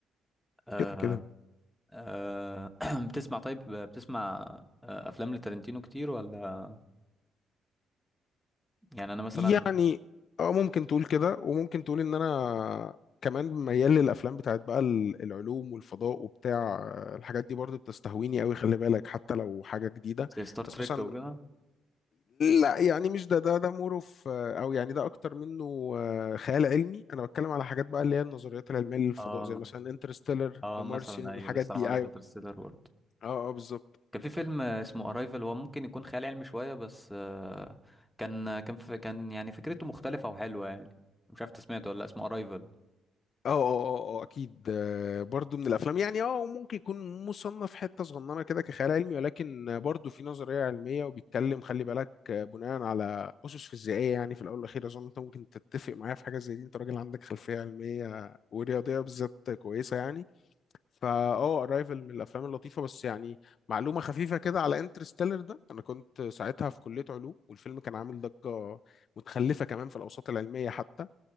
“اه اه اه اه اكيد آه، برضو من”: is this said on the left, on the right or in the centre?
Left